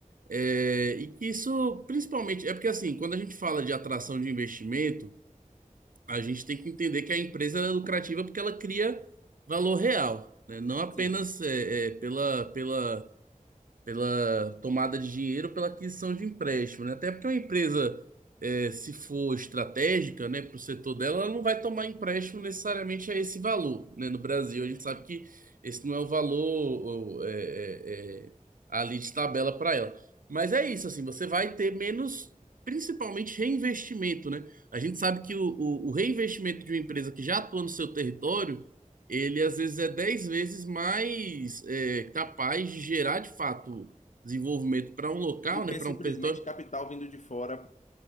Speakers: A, on the right; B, on the left.
A: É, e que isso, principalmente, é porque assim, quando a gente fala de atração de investimento, a gente tem que entender que a empresa ela é lucrativa porque ela cria valor real, né? Não apenas
B: Sim.
A: é, é, pela, pela pela tomada de dinheiro, pela aquisição de empréstimo, né? Até porque uma empresa, eh, se for estratégica, né, para o setor dela, ela não vai tomar empréstimo necessariamente a esse valor, né? No Brasil, a gente sabe que esse não é o valor, o- é, é, é, ali de tabela para ela. Mas é isso, assim, você vai ter menos. Principalmente reinvestimento, né? A gente sabe que o, o o reinvestimento de uma empresa que já atua no seu território ele às vezes é 10 vezes mais é, capaz de gerar de fato desenvolvimento para um local,
B: Do
A: né,
B: que
A: para
B: simplesmente
A: um território.
B: capital vindo de fora